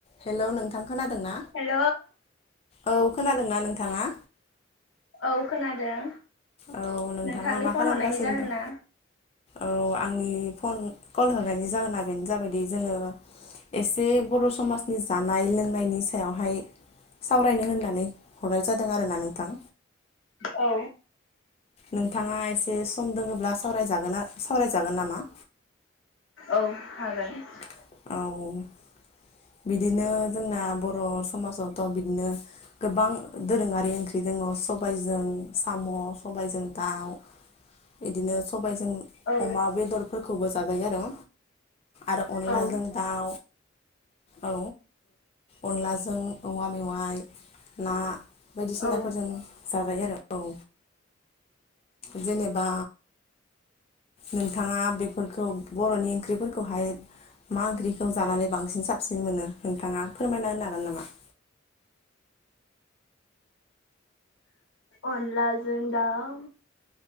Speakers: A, on the left; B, on the left.
A: हेलौ नोंथां खोनादोंना
B: हेल'
A: औ खोनादोंना नोंथाङा?
B: औ खोनादों।
A: औ नोंथाङा
B: नोंथांनि
A: मा
B: फन
A: खालामगासिनो
B: हरनायनि जाहोना
A: दं? औ आंनि फन कल हरनायनि जाहोना बेनो जाबाय जोङो एसे बर' समाजनि जानाय लों लोंनायनि सायावहाय सावरायनो होननानै हरनाय जादों आरोना नोंथां
B: औ।
A: नोंथाङा एसे सम दोङोब्ला सावरायजागोन सावरायजागोन नामा?
B: औ हागोन।
A: <inaudible> बिदिनो जोंना बर' समाजावथ' बिदिनो गोबां दोरोङारि ओंख्रि जोङो सब <unintelligible> जों
B: औ
A: अमा बेदरफोरखौबो जाजायो आरो आरो अनलाजों
B: औ
A: दाउ औ अनलाजों औवा मेवाइ ना बायदिसिनाफोरजों
B: औ
A: जाजायो आरो औ। जेनेबा नोंथाङा बेफोरखौ बर'नि ओंख्रिफोरखौहाय मा ओंख्रिखौ जानानै बांसिन साबसिन मोनो नोंथाङा फोरमायना होनो हागोन नामा? <inaudible>
B: अनलाजों दाउ